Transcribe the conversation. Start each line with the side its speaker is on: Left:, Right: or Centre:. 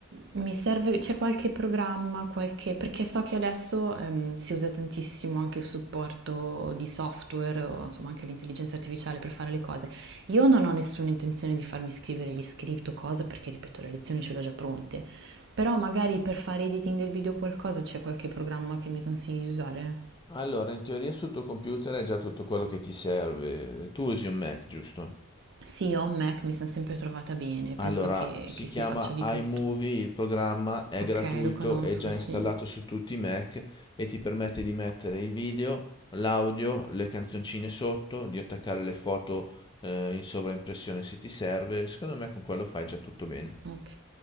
Right: mi serve, c'è qualche programma, qualche, perché so che adesso ehm, si usa tantissimo anche il supporto di software, o insomma anche l'intelligenza artificiale per fare le cose. Io non ho nessuna intenzione di farmi scrivere gli script o cosa, perché ripeto, le lezioni ce le ho già pronte, però magari per fare editing del video o qualcosa c'è qualche programma che mi consigli di usare?
Left: Allora, in teoria sul tuo computer hai già tutto quello che ti serve. Tu usi un Mac, giusto?
Right: Sì, ho un Mac, mi sono sempre trovata bene, penso
Left: Allora,
Right: che,
Left: si
Right: che
Left: chiama
Right: si faccia di
Left: iMovie,
Right: tutto.
Left: il programma è
Right: Ok,
Left: gratuito,
Right: lo conosco,
Left: è già installato
Right: sì.
Left: su tutti i Mac e ti permette di mettere il video, l'audio, le canzoncine sotto, di attaccare le foto eh, in sovraimpressione se ti serve. Secondo me con quello fai già tutto bene.
Right: Ok.